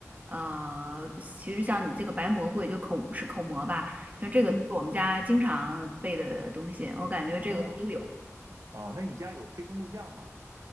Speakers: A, on the right (about 30°); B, on the right (about 75°).
A: 呃，其实像你这个白蘑菇，也就口是口蘑吧，像这个都是我们家经常备的东西，
B: 嗯，
A: 我感觉这个我都有
B: 哦，哦，那你家有黑松露酱吗？